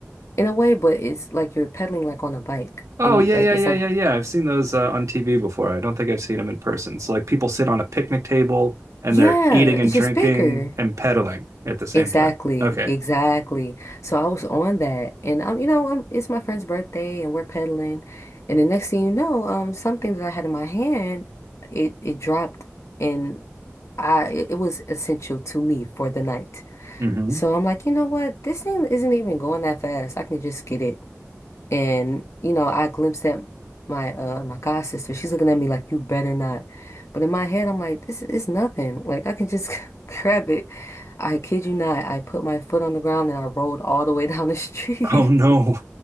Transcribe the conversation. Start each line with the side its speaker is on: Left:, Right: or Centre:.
Left: in a way, but it's like you're pedaling like on a bike,
Right: Oh
Left: and
Right: yeah,
Left: like
Right: yeah,
Left: it's
Right: yeah,
Left: like
Right: yeah, yeah. I've seen those uh, on TV before. I don't think I've seen them in person. So like people sit on a picnic table and
Left: Yeah,
Right: they're eating and
Left: it's
Right: drinking
Left: just bigger.
Right: and pedaling at the same
Left: Exactly,
Right: time. Okay.
Left: exactly. So I was on that, and I'm, you know, i it's my friend's birthday, and we're pedaling, and the next thing you know, um, something that I had in my hand, it it dropped, and I it it was essential to me for the night.
Right: hmm
Left: So I'm like, you know what, this thing isn't even going that fast. I can just get it. And you know, I glimpsed at my uh my god sister. She's looking at me like, "You better not." But in my head, I'm like, "This is nothing. Like I can just <laughs> grab it." I kid you not. I put my foot on the ground and I rolled all the way <laughs> down the street.
Right: <laughs> Oh no.